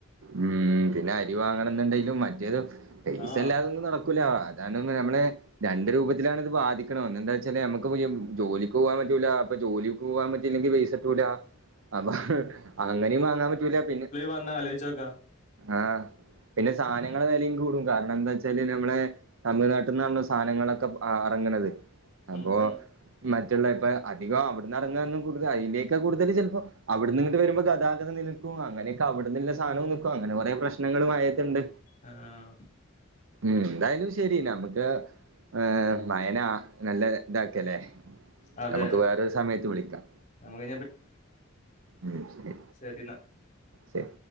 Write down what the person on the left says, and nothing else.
ആഹ്
വന്നാ ആലോയിചോക്കാ
ഉം ഉം
അ ആം
അതെ
നമുക്ക്
ശെരി ന്നാ